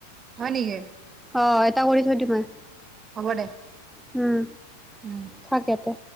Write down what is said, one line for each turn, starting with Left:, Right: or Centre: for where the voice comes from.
Right: হয় নেকি।
Centre: অ এটা কৰি থৈ দি মই।
Right: হব দে।
Centre: উম।
Right: উম।
Centre: থাক ইয়াতে।